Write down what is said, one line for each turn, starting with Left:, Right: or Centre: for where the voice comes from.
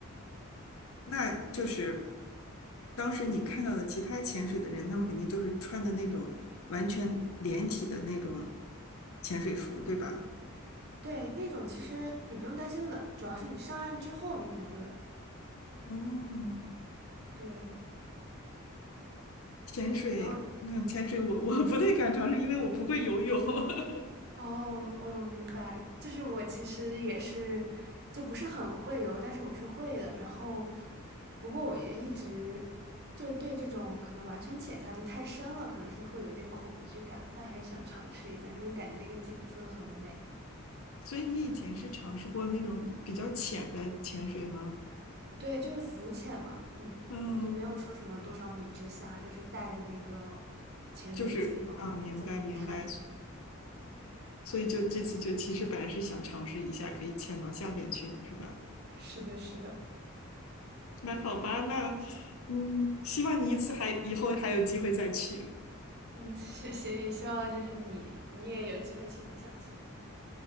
Left: 那就是当时你看到的其他潜水的人，他们肯定就是穿的那种完全连体的那种潜水服，对吧？
Right: 对，那种其实你不用担心冷，主要是你上岸之后你可能会冷。
Left: 哦，
Right: 对，
Left: 潜水，
Right: 然后
Left: 嗯，潜水我 <laughs> 我不太敢尝试，因为我不会游泳。<laughs>
Right: 哦，我有明白，就是我其实也是，就不是很会游，但是我是会的。然后，不过我也一直就是对这种可能完全潜下去太深了，可能是会有一点恐惧感，但还是想尝试一下，因为感觉那个景色很美。
Left: 所以你以前是尝试过那种比较浅的潜水吗？
Right: 对，就是浮潜嘛，你你就没有说什么多少米之下，
Left: 嗯，
Right: 就是带着那个潜水镜，
Left: 就是啊，
Right: 然后在那边看。
Left: 明白明白。所以就这次就其实本来是想尝试一下可以潜到下边去的，
Right: 对，
Left: 是吧？
Right: 是的，是的，
Left: 那好吧，那嗯，希望你一次还以后还有机会再去。
Right: 嗯，谢谢，也希望就是你你也有机会去你想去的地方。